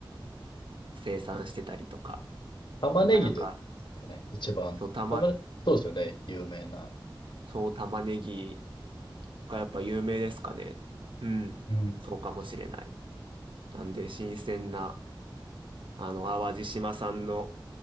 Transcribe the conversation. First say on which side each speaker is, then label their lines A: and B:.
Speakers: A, on the right (about 70°); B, on the left (about 60°).
A: 生産してたりとか、
B: 玉ねぎですかね。
A: なかなか、
B: 一番。
A: そう、たま、
B: 玉ね、そうですよね。有名な。
A: そう、玉ねぎがやっぱ有名ですかね。うん、
B: うん。
A: そうかもしれない。なんで、新鮮な、あの、淡路島産の